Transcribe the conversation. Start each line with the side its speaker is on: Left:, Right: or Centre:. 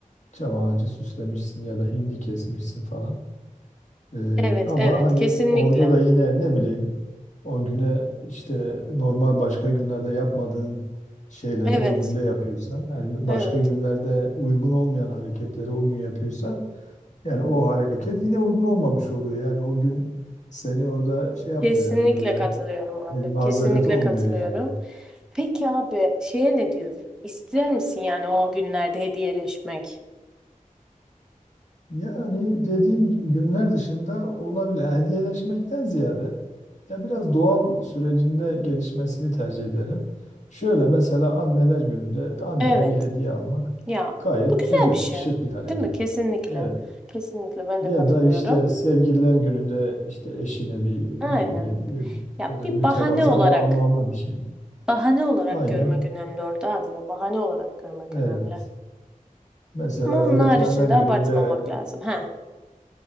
Left: Çam ağacı süslemişsin ya da hindi kesmişsin falan. Ee,
Centre: Evet,
Left: ama
Centre: evet,
Left: hani
Centre: kesinlikle.
Left: orada da yine ne bileyim o güne işte normal başka günlerde yapmadığın şeyleri
Centre: Evet.
Left: o günde yapıyorsan, yani
Centre: Evet.
Left: başka günlerde uygun olmayan hareketleri o gün yapıyorsan yani o hareket yine uygun olmamış oluyor. Yani o gün seni orada şey yapmıyor
Centre: Kesinlikle
Left: yani böyle
Centre: katılıyorum abi.
Left: bir mazeret
Centre: Kesinlikle
Left: olmuyor
Centre: katılıyorum.
Left: yani.
Centre: Peki abi şeye ne diyorsun? İster misin yani o günlerde hediyeleşmek?
Left: Yani dediğim günler dışında olabilir. Yani hediyeleşmekten ziyade ya biraz doğal sürecinde gelişmesini tercih ederim. Şöyle mesela anneler gününde anneye
Centre: Evet.
Left: bir hediye almak
Centre: Ya
Left: gayet
Centre: bu güzel
Left: güzel,
Centre: bir şey.
Left: şık bir hareket.
Centre: Değil mi? Kesinlikle.
Left: Evet.
Centre: Kesinlikle ben
Left: Ya
Centre: de katılıyorum.
Left: da işte sevgililer gününde işte eşine bir
Centre: Aynen.
Left: ne bileyim e,
Centre: Ya
Left: böyle
Centre: bir
Left: mütevazı
Centre: bahane olarak,
Left: ama anlamlı bir şey.
Centre: bahane olarak
Left: Aynen
Centre: görmek önemli orada abi. ya, Bahane olarak görmek
Left: Evet.
Centre: önemli.
Left: Mesela
Centre: Ama onun
Left: öğretmenler
Centre: haricinde
Left: gününde
Centre: abartmamak lazım. Ha.